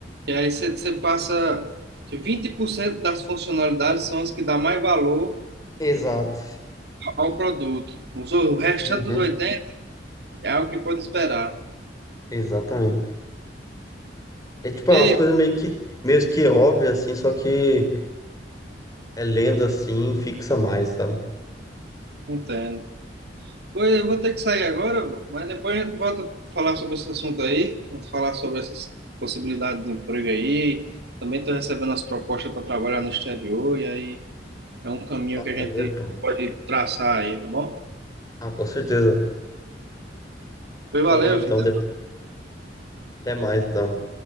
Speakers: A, on the right; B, on the left.
A: E aí você, você passa. que 20% das funcionalidades são as que dá mais valor
B: Exato.
A: ao produto. Os- O restante
B: Uhum,
A: dos 80% é algo que pode esperar.
B: Exatamente. É tipo,
A: E
B: é umas coisas meio que, meio que óbvias, assim, só que é lendo assim, fixa mais, sabe?
A: Entendo. Oi, eu vou ter que sair agora, vô, mas depois a gente volta a falar sobre esse assunto aí, a gente falar sobre essas possibilidades de emprego aí. Também estou recebendo as propostas para trabalhar no exterior, e aí é um caminho que a
B: Maneiro,
A: gente
B: pô.
A: pode traçar aí, tá bom?
B: Ah, com certeza.
A: Pois
B: Falou
A: valeu,
B: então,
A: filho.
B: de- até mais então.